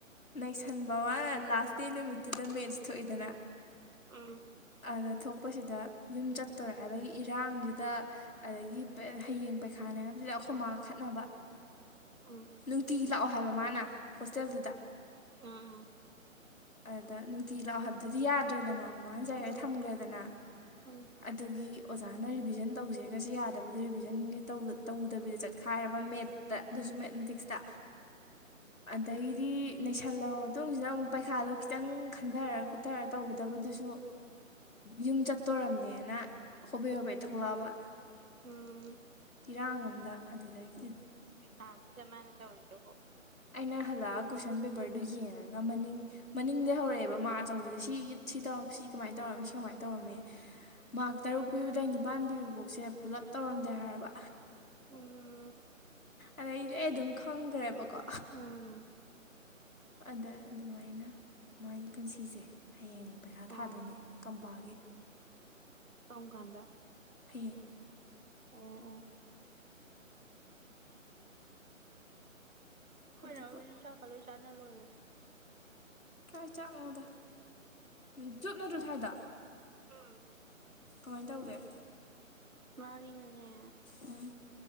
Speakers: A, on the left (about 80°); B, on the right (about 80°).
A: ꯅꯩꯁꯟꯕ ꯃꯥꯅ ꯂꯥꯁ ꯗꯦ ꯅꯨꯃꯤꯠꯇꯨꯗ ꯃꯦꯠꯁ ꯊꯣꯛꯏꯦꯗꯅ
B: ꯑꯥ
A: ꯑꯗ ꯊꯣꯛꯄꯁꯤꯗ ꯌꯨꯝ ꯆꯠꯇꯣꯔꯦ ꯍꯥꯏꯕꯒꯤ ꯏꯔꯥꯡꯗꯨꯗ ꯑꯗꯒꯤ ꯍꯌꯦꯡ ꯄꯩꯈꯥꯅꯦ ꯍꯥꯏꯕꯁꯤꯗ ꯑꯩꯈꯣꯏꯃꯥ ꯈꯠꯅꯕ
B: ꯎꯝ
A: ꯅꯨꯡꯇꯤꯒꯤ ꯂꯥꯛꯑꯣ ꯍꯥꯏꯕ ꯃꯥꯅ ꯍꯣꯁꯇꯦꯜꯗꯨꯗ
B: ꯑꯥ ꯑꯥ
A: ꯑꯗ ꯅꯨꯡꯇꯤ ꯂꯥꯛꯑꯣ ꯍꯥꯏꯕꯗꯨꯗꯤ ꯌꯥꯗ꯭ꯔꯦꯗꯅ ꯃꯃꯥꯡꯖꯔꯦ
B: ꯎꯝ
A: ꯊꯝꯈ꯭ꯔꯦꯗꯅ
B: ꯎꯝ
A: ꯑꯗꯨꯒꯤ ꯑꯣꯖꯥꯅ ꯔꯤꯚꯤꯖꯟ ꯇꯧꯁꯦꯒꯁ ꯌꯥꯗꯕꯤꯗ ꯔꯤꯚꯤꯖꯟꯒꯤ ꯇꯧꯗꯕꯤꯗ ꯆꯠꯈꯥꯏꯔꯕ ꯃꯦꯠꯇ ꯑꯗꯨ ꯁꯨ ꯃꯦꯠꯃꯦꯇꯤꯛꯁꯇ ꯑꯗꯩꯗꯤ ꯅꯩꯁꯜꯂꯕ ꯃꯇꯨꯡꯁꯤꯗ ꯑꯃꯨꯛ ꯄꯩꯈꯥꯗꯣ ꯈꯤꯇꯪ ꯈꯟꯊꯔ ꯈꯣꯠꯊꯔ ꯇꯧꯒꯗꯕꯗꯨꯁꯨ ꯌꯨꯝ ꯆꯠ ꯇꯧꯔꯝꯅꯦꯅ ꯍꯣꯕꯦ ꯍꯣꯕꯦ
B: ꯎꯝ
A: ꯊꯣꯛꯂꯛꯑꯕ
B: ꯎꯝ ꯎꯝ
A: ꯏꯔꯥꯡ ꯑꯝꯗ ꯗ ꯑꯗꯨꯗꯒꯤꯩ
B: ꯄ ꯈꯥꯗ ꯃꯅ ꯇꯧꯔꯤꯗꯨꯣ
A: ꯑꯩꯅ ꯍꯜꯂꯛꯑꯒ ꯀꯣꯏꯁꯟ ꯄꯦꯄꯔꯗꯨ ꯌꯦꯡꯉꯒ ꯃꯅꯤꯡ ꯃꯅꯤꯡꯗ ꯍꯧꯔꯛꯑꯦꯕ ꯃꯥ ꯑꯆꯧꯕꯁ ꯁꯤꯠ ꯁꯤ ꯇ ꯁꯤ ꯁꯤ ꯀꯃꯥꯏꯅ ꯇꯧꯔꯝꯃꯤ ꯁꯤ ꯀꯃꯥꯏꯅ ꯇꯧꯔꯝꯃꯤ ꯃꯥꯔ ꯇꯔꯨꯛ ꯄꯤꯕꯗꯩ ꯅꯤꯄꯥꯟ ꯄꯤꯕꯐꯥꯎꯁꯦ ꯄꯨꯂꯞ ꯇꯧꯔꯝꯗꯦ
B: ꯎꯝ
A: ꯍꯥꯏꯔꯕ
B: ꯎꯝ
A: ꯑꯗꯩꯗꯤ ꯑꯩ ꯑꯗꯨꯝ ꯈꯪꯈ꯭ꯔꯦꯕꯀꯣ
B: ꯎꯝ
A: ꯑꯗ ꯑꯗꯨꯃꯥꯏꯅ ꯃꯥꯒꯤ ꯄꯨꯟꯁꯤꯁꯦ ꯍꯌꯦꯡ ꯄꯩꯁꯥ
B: ꯑꯣ
A: ꯊꯥꯗꯣꯏꯅꯦ ꯀꯝꯄꯥꯒꯤ
B: ꯀꯣꯡ ꯀꯥꯟꯗ
A: ꯍꯌꯦꯡ
B: ꯑꯣ ꯑꯣ ꯍꯔ
A: ꯑꯗꯨꯒ
B: ꯑꯣꯏ ꯆ ꯀꯂꯣ ꯆ ꯂꯣ ꯑꯣꯏꯒꯦ
A: ꯀꯥꯏ ꯆꯥꯛꯉꯣꯗ ꯎꯝ ꯆꯠꯅꯠꯇ꯭ꯔꯣ ꯊꯥꯏꯗ
B: ꯑꯥ
A: ꯀꯃꯥꯏꯅ ꯇꯧꯒꯦ
B: ꯃꯥꯉꯦ ꯉꯅꯦ
A: ꯎꯝ